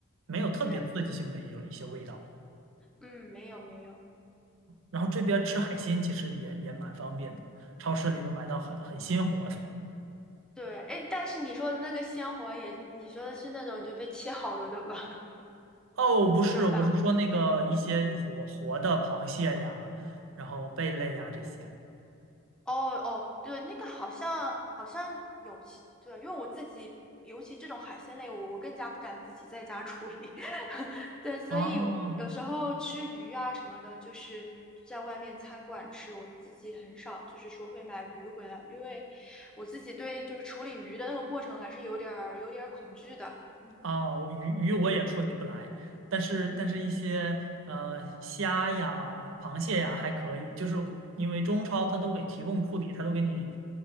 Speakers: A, on the right (about 60°); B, in the centre.
A: 没有特别刺激性的有一些味道。
B: 对对，嗯，没有没有，
A: 然后这边吃海鲜其实也也蛮方便的，超市里都买到很很鲜活的。
B: 对，哎，但是你说的那个鲜活也，你说的是那种就被切好了的吧？
A: 哦，不是，
B: <laughs> 对吧？
A: 我是说那个一些活活的螃蟹呀，然后贝类呀这些。
B: 哦哦，对，那个好像好像有其对，因为我自己，尤其这种海鲜类，我我更加不敢自己在家处理，<laughs> 对，所以有时候吃鱼啊什么的，
A: 哦
B: 就是在外面餐馆吃，我自己很少，就是说会买鱼回来，因为我自己对就是处理鱼的那个过程还是有点儿有点儿恐惧的，嗯
A: 哦，鱼鱼我也处理不来，但是但是一些呃虾呀、
B: 嗯
A: 螃蟹呀还可以，就是因为中超它都给提供处理，它都给你